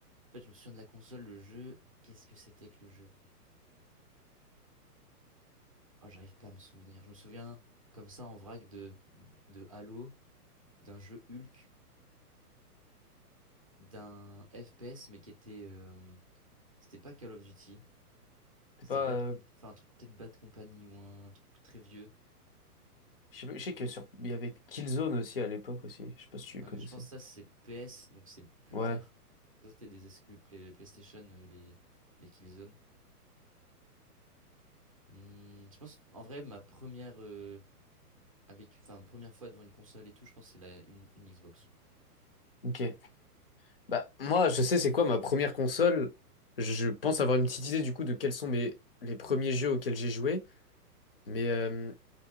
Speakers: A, on the right; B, on the left.
A: en fait, je me souviens de la console, le jeu, qu'est-ce que c'était que le jeu? Oh, j'arrive pas à me souvenir. Je me souviens comme ça en vrac de, de Halo, d'un jeu Hulk, d'un FPS, mais qui était. euh, c'était pas Call of Duty,
B: C'est
A: c'était
B: pas.
A: Bad Comp,
B: euh,
A: enfin, un truc, peut-être Bad Company ou un truc très vieux.
B: Je sais pas- je sais que sur... il y avait Killzone aussi à l'époque aussi. Je sais pas si tu
A: Ah,
B: connaissais.
A: mais je pense que ça, c'est PS, donc c'est plus
B: Ouais,
A: tard. Ça, c'était des exclus Play- PlayStation, euh, les, les Killzone. Hmm, je pense, en vrai, ma première, euh, avec, enfin, première fois devant une console et tout, je pense que c'est la, une, une Xbox.
B: ok. Bah, moi, je sais c'est quoi ma première console. Je pense avoir une petite idée du coup de quels sont mes les premiers jeux auxquels j'ai joué. Mais euh,